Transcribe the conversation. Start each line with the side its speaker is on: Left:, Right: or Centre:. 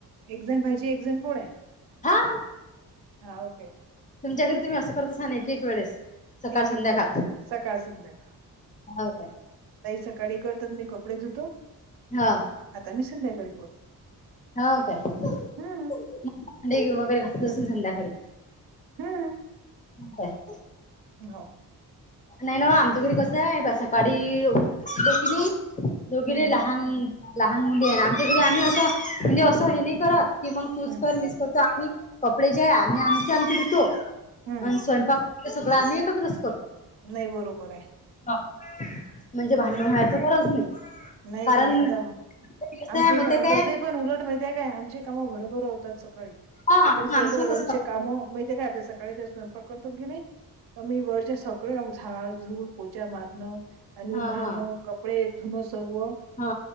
Right: एकजण भाहिजे एकजण पोढ आहे
Left: हा
Right: हा ओके
Left: तुमच्या घरी तुमही असं करसा ना एक वेळेस सकाळ
Right: एक
Left: संध्याकाळ
Right: एक वेळेस सकाळ सुद्धका
Left: हो काय
Right: तई सकाळी करतात मी कपडे धुतो
Left: हा
Right: आता मी संध्याकाळी बोलतो.
Left: हो कायडे
Right: हम्म
Left: वगैरे घासत असल संध्याकाळी
Right: हम्म.
Left: हो का?
Right: हो.
Left: नाही ना आमच्या घरी कसं आहे बा सकाळी दोकली दोघेलेला
Right: हम्म
Left: लहान लहान मुली आहे आमच्या घरी आम्ही असं म्हणजे असं हे नाही करत. ती मग तूस
Right: हम्म
Left: कर मिस करतो आम्ही कपडे ज्या आणि आमचे आमचे दुतो.
Right: हम्म
Left: आणि स्वयंपाक सगळं आम्ही एकत्रच करतो.
Right: नाही बरोबर आहे.
Left: म्हणजे
Right: हम्म
Left: भांण व्हायच गरज नाही.
Right: नाही
Left: कारण
Right: नाही आता
Left: कसं
Right: आमचे
Left: आहे माहिती
Right: पण
Left: काय
Right: तस. पण उलट माहिती आहे काय आमची कामं बरोबर होतात सकाळी
Left: हा
Right: सकाळी
Left: मग
Right: सर्व
Left: आमची तसं
Right: वरचे काम माहितीे काय सकाळी ते स्यंपा करतात गिनी आ् वरच्या सगळे झाड झूड पोचा मारणं आणि
Left: हा
Right: भरणं.
Left: हा
Right: कपडे येत ना सर्व
Left: हा